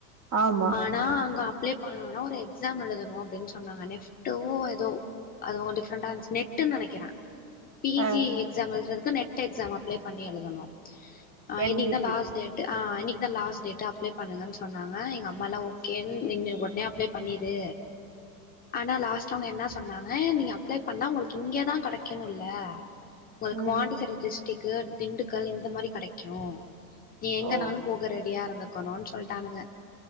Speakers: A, on the right (about 55°); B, on the left (about 20°).
A: ஆமா
B: ஆனா அங்க அப்ளை பண்ணணுனா ஒரு எக்ஸாம் எழுதணு அப்டினு சொன்னாங்க நெப்ட்டோ ஏதோ அது கொஞ்ச டிஃரெண்டா நெட்டுனு நெனைக்கற பி
A: ஆ
B: ஜி எக்ஸாம் எழுதுறதுக்கு நெட் எக்ஸாம் அப்ளை பண்ணி எழுதணு
A: என்
B: இன்னைக்குதா
A: இ டி
B: லாஸ்ட் டேட் ஆ அன்னைக்கு தான் லாஸ் டேட் அப்ளை பண்ணுங்கு சொன்னாங்க எங்க அம்மால ஓகே நீங்க உடனே அப்ளை பண்ணிரூ ஆனா லாஸ்ட்டா அவங்க என்னா சொன்னாங்க நீங்க அப்ளை பண்ணா உங்களுக்கு இங்கெதா கெடைக்கணுல்ல உங்களுக்கு
A: ம்
B: பாண்டிச்சேரி டிஸ்டிக்கு திண்டுக்கல் இந்த மாரி கெடைக்கு நீ எங்கனாலு
A: ஓ
B: போக ரெடியா இருந்துக்கணூன் சொல்ட்டானுங்க